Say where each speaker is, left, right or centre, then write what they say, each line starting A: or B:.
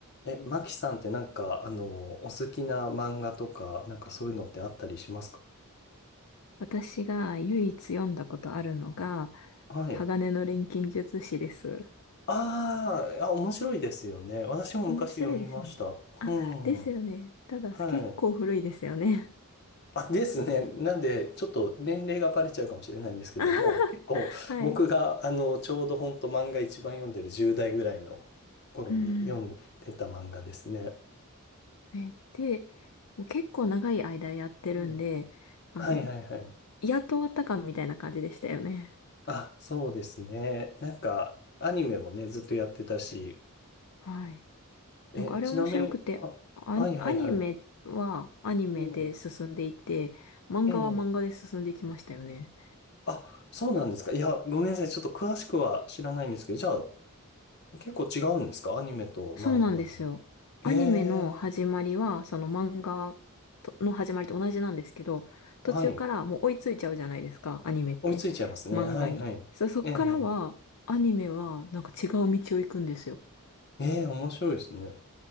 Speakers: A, on the left; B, on the left.
A: え、マキさんってなんか、あの、お好きな漫画とか、なんかそういうのってあったりしますか
B: 私が唯一読んだことあるのが、
A: はい。
B: 鋼の錬金術師です。
A: あーあ、面白いですよね。私も昔読みました。
B: 面白いですよね。あ、
A: うん。
B: ですよね。ただ、
A: はい。
B: 結構古いですよね。
A: あ、ですね。なんで、ちょっと年齢がバレちゃうかもしれないんですけども、
B: <laughs> あはは
A: 結構僕が、
B: はい。
A: あの、ちょうど本当漫画一番読んでる10代ぐらいの頃に読んでた漫画ですね。
B: うん、ね。で、結構長い間やってるんで、
A: ね
B: あの、
A: はいはいはい。
B: やっと終わったかみたいな感じでしたよね。
A: あ、そうですね。なんか、アニメもね、ずっとやってたし、
B: はい。
A: え、
B: なんかあれ面白くて、
A: ちなみに、あ、
B: アニ、
A: はいはいはい。
B: アニメはアニメで進んでいって、
A: ええ、
B: 漫画は漫画で進んでいきましたよね。
A: ええ。あ、そうなんですか。いや、ごめんなさい。ちょっと詳しくは知らないんですけど、じゃあ、結構違うんですかアニメと漫画で。
B: そうなんですよ。
A: え
B: アニメの始まりは、
A: え、
B: その漫画との始まりと同じなんですけど、途中からもう追いついちゃうじゃないですか、
A: はい。
B: アニメって。
A: 追いついちゃいますね。
B: 漫画に。
A: はいはい。
B: そ、そっからは、
A: ええ、
B: アニメはなんか違う道を行くんですよ。
A: ええ、面白いですね。